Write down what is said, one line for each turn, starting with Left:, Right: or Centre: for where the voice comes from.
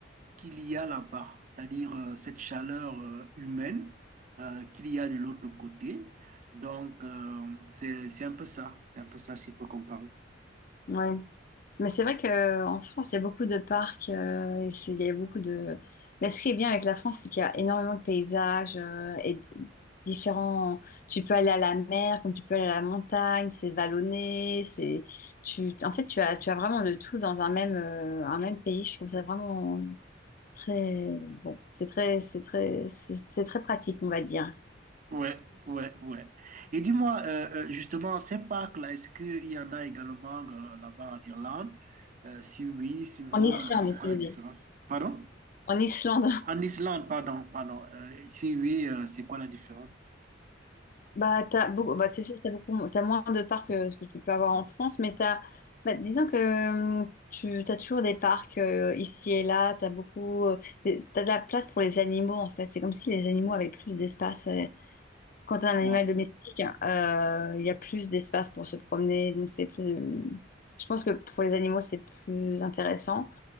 Right: qu'il y a là-bas, c'est-à-dire euh, cette chaleur euh, humaine euh, qu'il y a de l'autre côté. Donc, euh, c'est, c'est un peu ça, c'est un peu ça s'il faut comparer.
Left: Ouais. C'est- Mais c'est vrai qu'en France, il y a beaucoup de parcs, euh, et c'est- il y a beaucoup de... Mais ce qui est bien avec la France, c'est qu'il y a énormément de paysages euh, et d- différents... Tu peux aller à la mer, comme tu peux aller à la montagne, c'est vallonné, c'est... Tu... En fait, tu as, tu as vraiment de tout dans un même, euh, un même pays. Je trouve ça vraiment très... Bon, c'est très, c'est très, c'est c'est très pratique, on va dire.
Right: Ouais, ouais, ouais. Et dis-moi, euh, euh, justement, ces parcs-là, est-ce qu'il y en a également euh, là-bas en Irlande? Euh, si oui, sinon,
Left: En Islande,
Right: euh, c'est quoi
Left: je
Right: la
Left: veux
Right: différence?
Left: dire.
Right: Pardon?
Left: En Islande.
Right: En Islande, pardon, pardon. Euh, si oui, euh, c'est quoi la différence?
Left: Bah, t'as beaucoup, bah, c'est sûr que t'as beaucoup, t'as moins de parcs que ce que tu peux avoir en France, mais t'as, bah, disons que euh, tu as toujours des parcs euh, ici et là, t'as beaucoup, euh, des- t'as de la place pour les animaux en fait. C'est comme si les animaux avaient plus d'espace. euh. Quand t'as un animal
Right: Wow.
Left: domestique, euh, il y a plus d'espace pour se promener, donc c'est plus. Je pense que pour les animaux, c'est plus intéressant.